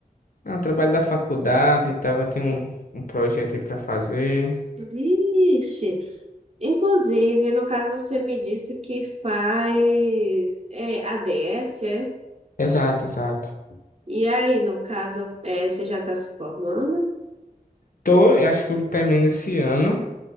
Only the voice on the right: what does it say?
Vixe. Inclusive, no caso, você me disse que faz é, ADS, é?
E aí, no caso, é, você já tá se formando?